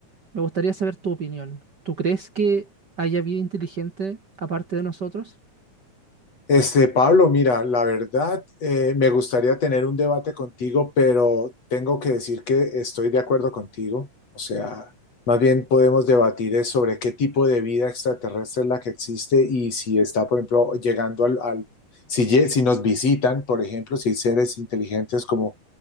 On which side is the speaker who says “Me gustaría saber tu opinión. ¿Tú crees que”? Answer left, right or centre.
Right